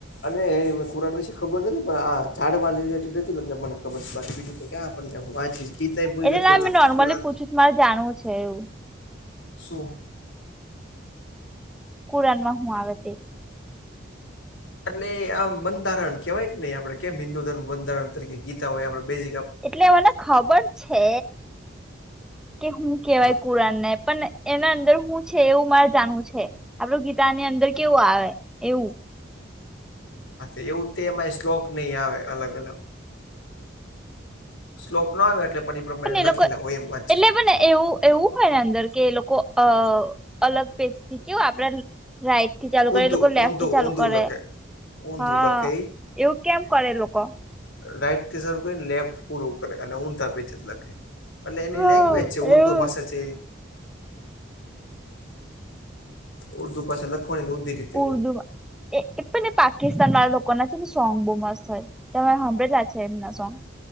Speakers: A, on the left; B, in the centre.
A: અને એનીં કુરાન વિશે ખબર નથી, પણ આ ચાડ માલ <unintelligible> રિલેટેડ હતી. એટલે મને ખબર છે. બાકી બીજું તો કે આ પણ એમ વાછી ગીતા એ પુરી
B: એટલે
A: નથીવચ
B: ના મેં નોર્મલી
A: કુરાન
B: પૂછું
A: તો...
B: મારે જાણવું છે એવું
A: શું?
B: કુરાનમાં હું આવે તે
A: એટલે આમ બંધારણ કેહેવાય. કે નને આપડે કેમ હિન્દુ ધર્મ બંધારણ તરીકે, ગીતા હોય આપડે બેઝ
B: એટલે મને ખબર છે, કે હું કેવાય
A: તો
B: કુરાનને પણ. એના અંદર શું છે. એવું મારે જાણવું છે. આપડું ગીતાની અંદર કેવું આવે એવું.
A: હા તો એવું તે એમાંય શ્લોક નહી. આવે અલગ અલગ સ્લોપ ના આવે. એટલે પ્રમાણે
B: પણ એ
A: લખેલા
B: લોકો
A: હોય એમ વાત
B: એટલે
A: છે
B: પણ ને એવું. એવું હોય, ને અંદર કે એ લોકો અ અલગ પેજથી કે આપડા રાઈટ. થી ચાલુ કરે
A: ઊંધું
B: એ લોકો લેફ્ટ
A: ઊંધું
B: થી ચાલુ
A: ઊંધું
B: કરે.
A: લખે ઊંધું
B: હા
A: લખે
B: એવું કેમ કરે એ લોકો.
A: રાઈટ થી શરૂ કરીને લેફ્ટ પૂરું કરે. અને ઊંધા પેચત લખે. એટલે એની
B: હા
A: લેંગ્વેજ છે, ઉર્દુ
B: એવું
A: ભાષા છે. ઉર્દુ ભાષા. લખવાની ઊંધી રીતે
B: ઉર્દુ
A: હોય
B: વા. એ એક તો એ પાકિસ્તાન વાળા લોકો ના છે. ને સોંગ બહુ મસ્ત તમે સાંભળેલા છે એમના સોંગ,